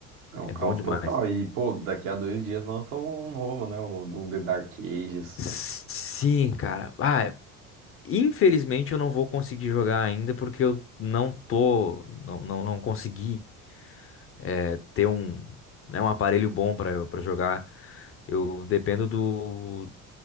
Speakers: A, on the right; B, on the left.
A: É um
B: é
A: caos
B: bom demais.
A: total. E, pô, daqui a dois dias lança um novo, né? O Doom The Dark Ages.
B: Sim, cara. Ah, infelizmente eu não vou conseguir jogar ainda, porque eu não tô, não, não, não consegui eh, ter um, né, um aparelho bom pra, eu- pra jogar. Eu dependo do,